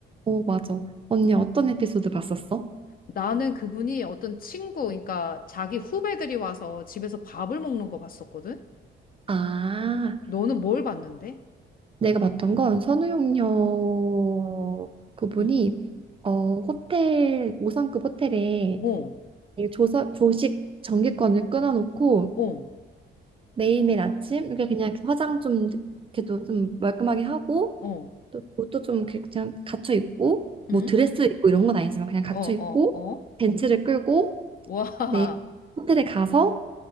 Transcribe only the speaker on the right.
어, 맞아. 언니 어떤 에피소드 봤었어?
아,
내가 봤던 건 선우용녀 그분이
어 호텔 5성급 호텔에
조서, 조식 정기권을 끊어놓고
매일매일 아침 이렇게 그냥 이렇게 화장 좀 이렇게도 좀 말끔하게 하고
또 옷도 좀 이렇게 그냥 갖춰 입고
뭐 드레스 입고 이런 건 아니지만 그냥 갖춰
입고
벤츠를 끌고
매일 호텔에 가서